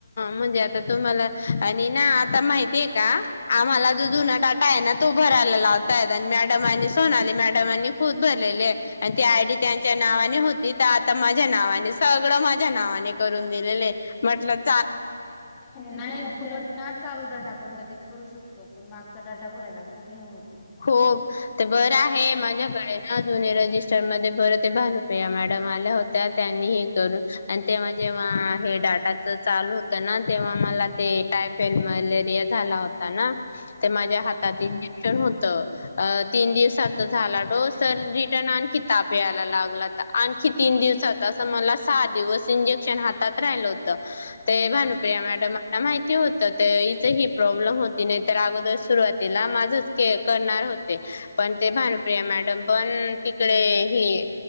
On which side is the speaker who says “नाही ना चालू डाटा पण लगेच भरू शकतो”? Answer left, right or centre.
Left